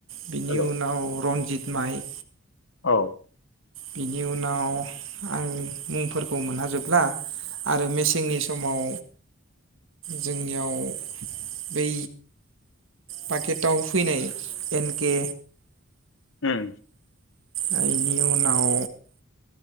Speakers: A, on the right (about 65°); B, on the left (about 60°).
A: बिनि
B: हेल' औ
A: उनाव रनजित माइ
B: औ।
A: बिनि उनाव आं मुंफोरखौ मोनहाजोबला आरो मेसेंनि समाव। जोंनियाव बै पाकेटाव फैनाय एनके
B: उम।
A: आरो बेनि उनाव